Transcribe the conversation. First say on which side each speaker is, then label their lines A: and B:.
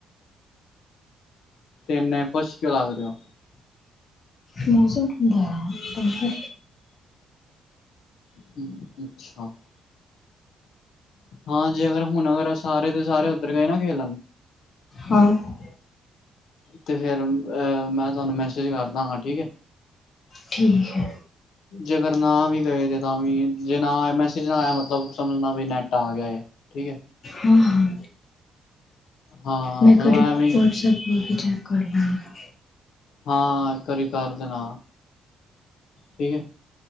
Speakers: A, on the left; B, on the left.
A: ਤੇਨੇ ਖਸ਼ ਕਿਉ ਲਾਗ ਰਓ
B: ਮੌਸਮ ਠੰਡਾ ਹੋਇਆ
A: ਹਮ ਅੱਛਾ ਹਾਂ ਜੇ ਅਗਰ ਹੁਣ ਅਗਰ ਸਾਰੇ ਦੇ ਸਾਰੇ ਉੱਧਰ ਗਏ ਨਾ ਖੇਲਣ
B: ਹਾਂ
A: ਤੇ ਫੇਿਰ ਅਹ ਮੈਂ ਤੁਹਾਨੂੰ ਮੈਸੇਜ ਕਰਦਾ ਹਾਂ ਠੀਕ ਹੈ
B: ਠੀਕ ਹੈ
A: ਜੇ ਅਗਰ ਨਾ ਵੀ ਗਏ ਤੇ ਤਾਂ ਵੀ ਜੇ ਨਾ ਮੈਸੇਜ ਨਾ ਆਇਆ ਮਤਲਬ ਸਮਝਣਾ ਵੀ ਨੈਟ ਆ ਗਿਆ ਠੀਕ ਹੈ
B: ਹਾਂ ਹਾਂ
A: ਹਾਂ
B: ਮੈਂ
A: ਮਤਲਬ
B: ਕਰ
A: ਐਵੇਂ
B: ਵਟਸਐਪ ਇਹ ਵੀ ਚੈੱਕ ਕਰ ਲੈਂਗੇ।
A: ਹਾਂ ਘਰੇ ਕਰ ਦੇ ਨਾ ਠੀਕ ਏ।